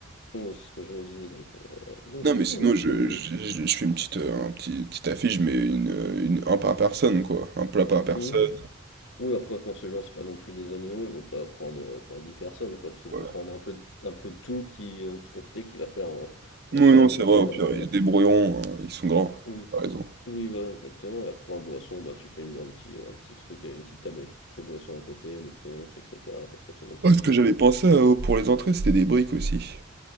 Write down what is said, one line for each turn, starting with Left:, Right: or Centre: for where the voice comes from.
Left: Oui, c'est ce que je me disais. Donc, euh, donc
Right: Non, mais
Left: non,
Right: sinon,
Left: après,
Right: je,
Left: oui.
Right: je, je- je fais une petite, euh, un petit, petite affiche, mais une, euh, une, un par personne, quoi. Un plat par personne,
Left: Oui, Oui, après, je pense que les gens, c'est pas non plus des animaux, ils vont pas prendre euh, pour 10 personnes, quoi. Tu sais, tu
Right: voilà.
Left: peux prendre un peu, un peu de tout qui, en petite quantité qui va faire en,
Right: Non,
Left: en soi
Right: non,
Left: une
Right: c'est
Left: quantité
Right: vrai, au
Left: normale
Right: pire,
Left: à
Right: ils
Left: la
Right: se
Left: fois.
Right: débrouilleront, hein, ils sont grands,
Left: Oui,
Right: t'as raison.
Left: oui, voilà, exactement. Et après, en boisson, bah, tu fais une, un petit, un petit truc, une petite table avec toutes les boissons à côté, le punch, etc. Comme ça, tout le monde se
Right: Oh,
Left: sert.
Right: ce que j'avais pensé euh, pour les entrées, c'était des briques aussi.